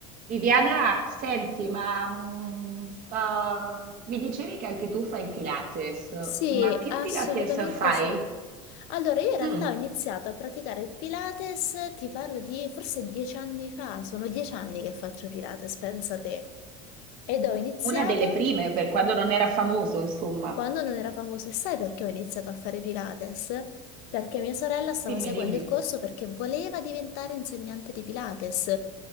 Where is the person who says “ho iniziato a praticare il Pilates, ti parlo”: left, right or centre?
Left